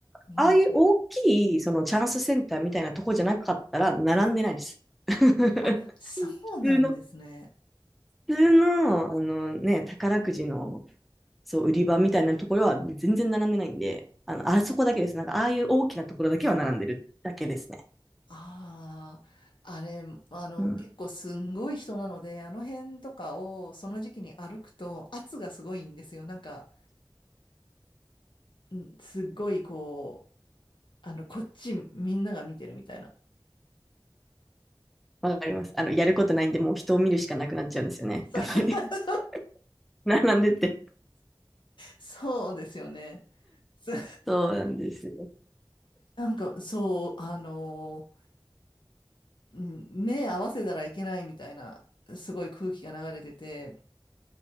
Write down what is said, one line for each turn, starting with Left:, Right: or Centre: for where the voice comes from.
Left: うん。
Centre: ああいう大きい、そのチャンスセンターみたいなとこじゃなかったら、並んでないです。<laughs> 普
Left: あ、そうなんですね。
Centre: 通の、普通の、あのね、宝くじの、そう、売り場みたいなところは全然並んでないんで、あの、あそこだけです。なんか、ああいう大きなところだけは並んでるだけですね。
Left: ああ、あれ、あの、
Centre: うん。
Left: 結構すんごい人なので、あの辺とかをその時期に歩くと圧がすごいんですよ。なんか、うんすっごいこう、あの、こっちみんなが見てるみたいな。
Centre: わかります。あの、やることないんで、もう人を見るしかなくなっちゃうんですよね。
Left: そう
Centre: <laughs> やっぱり
Left: <laughs>
Centre: <laughs> 並んでて。
Left: そうですよね。そう
Centre: そうなんですよ。
Left: なんか、そう、あのうん目合わせたらいけないみたいな、すごい空気が流れてて、